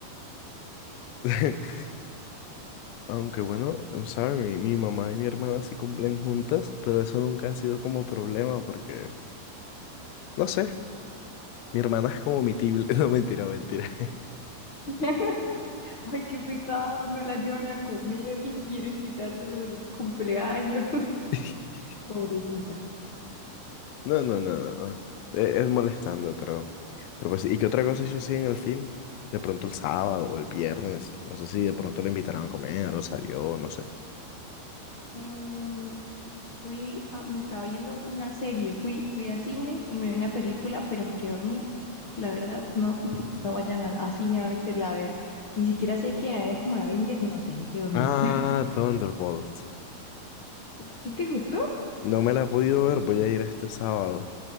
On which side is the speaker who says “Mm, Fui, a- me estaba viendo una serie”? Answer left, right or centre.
Left